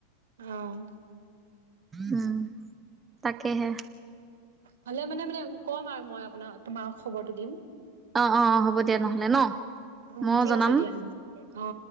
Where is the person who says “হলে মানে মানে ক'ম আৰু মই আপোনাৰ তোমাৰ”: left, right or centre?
Right